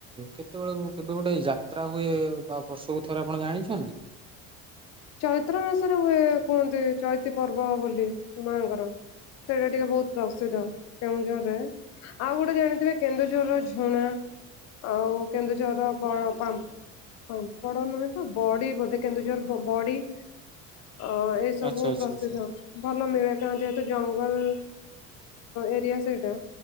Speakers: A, on the right (about 15°); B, on the left (about 50°).
A: କେତେବେଳ କେବେ ଗୋଟେ ଯାତ୍ରା ହୁଏ ବା ବ ସବୁ ଥରେ ଆପଣ ଜାଣିଛନ୍ତି?
B: ଚୈତ୍ର ମାସରେ ହୁଏ କୁହନ୍ତି ଚୈତି ପର୍ବ ବୋଲି ମାଙ୍କର। ସେଇଟା ଟିକେ ବହୁତ ପ୍ରସିଦ୍ଧ କେନ୍ଦୁଝରରେ ଆଉ ଗୋଟେ ଜାଣିଥିବେ କେନ୍ଦୁଝରର ଝୁଣା। ଆଉ କେନ୍ଦୁଝରର ବଡ ପାମ୍ପ ପାମ୍ପଡ ନୁହେଁ ତ ବଡି ବୋଧେ କେନ୍ଦୁଝୋର ବଡି ଅ ଏ ସବୁ
A: ଆଚ୍ଛା ଆଚ୍ଛା
B: ପ୍ରସିଦ୍ଧ
A: ଆଚ୍ଛା
B: ଭଲ ମିଳେ କାଣ ଯେହେତୁ ଆଁ ଏରିଆ ସେଇଟା